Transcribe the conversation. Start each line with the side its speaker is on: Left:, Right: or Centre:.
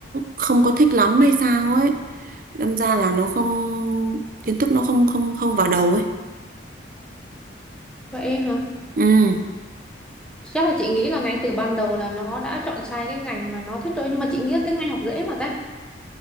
Right: không có thích lắm hay sao ấy đâm ra là nó không kiến thức nó không không không vào đầu ấy
Centre: Vậy hả?
Right: ừ
Centre: Chắc là chị nghĩ là ngay từ ban đầu là nó đã chọn sai cái ngành mà nó thích rồi nhưng mà chị nghĩ là tiếng Anh học dễ mà ta.